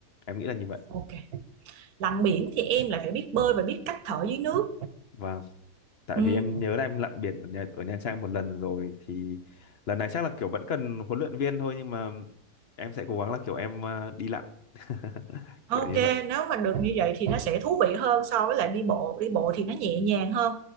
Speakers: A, on the left (about 50°); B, on the right (about 70°).
A: em nghĩ là như vậy
B: Ok lặn biển thì em lại phải biết bơi và biết cách thở dưới nước
A: vâng tại
B: ừ.
A: vì em nhớ là em lặn biển ở Nha, ở Nha Trang một lần rồi thì lần này chắc là kiểu vẫn cần huấn luyện viên thôi nhưng mà em sẽ cố gắng là kiểu em à, đi lặn <laughs>
B: ok
A: kiểu như vậy
B: nếu mà được như vậy thì nó sẽ thú vị hơn so với lại đi bộ đi bộ thì nó nhẹ nhàng hơn